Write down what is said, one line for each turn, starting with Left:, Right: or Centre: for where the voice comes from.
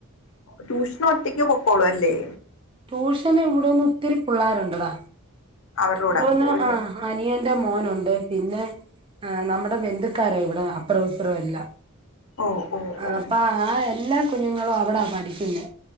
Left: ട്യൂഷനൊറ്റക്ക് പൊക്കോളു അല്ലേ
Right: ട്യൂഷന് ഇവ്ട്ന്ന് ഒത്തിരി പിള്ളാരൊണ്ടടാ
Left: അവരുടെ കൂടെ
Right: ഇവ്ട്ന്ന്
Left: അങ്ങ് പോവും അല്ലേ
Right: ആഹ് അനിയൻ്റെ മോനുണ്ട് പിന്നെ ആ നമ്മുടെ ബന്ധുക്കാരാ ഇവിടെ അപ്പറോംഇപ്പറോം എല്ലാം
Left: ഓ ഓ
Right: ആഹ്
Left: ഓ
Right: അപ്പൊ ആ എല്ലാ കുഞ്ഞുങ്ങളും അവിടാ പഠിക്കുന്നെ